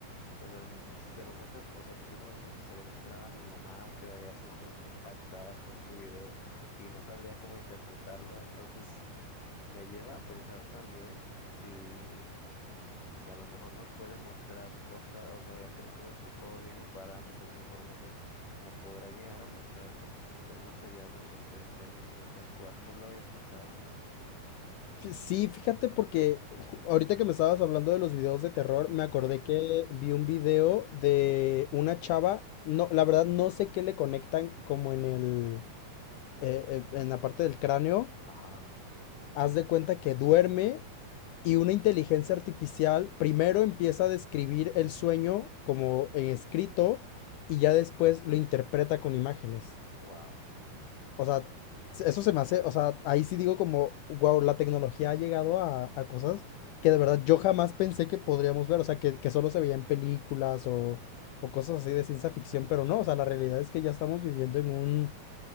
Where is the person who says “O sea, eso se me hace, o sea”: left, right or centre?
Left